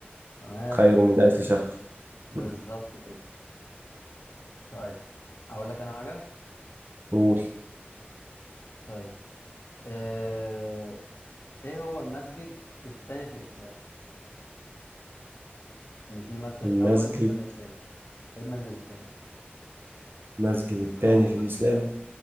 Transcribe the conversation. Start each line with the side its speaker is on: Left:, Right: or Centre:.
Left: تمام
Right: خير من الف شهر
Left: بالظبط
Right: <laughs>
Left: كده طيب اقول لك انا حاجة
Right: قول
Left: طيب آه، ايه هو المسجد التاني في الاسلام ان في مسجد الاول
Right: المسجد
Left: وفي مسجد التاني ايه المسجد التاني
Right: المسجد
Left: <laughs>
Right: التاني
Left: اقعد تفكر
Right: في الاسلام
Left: بقى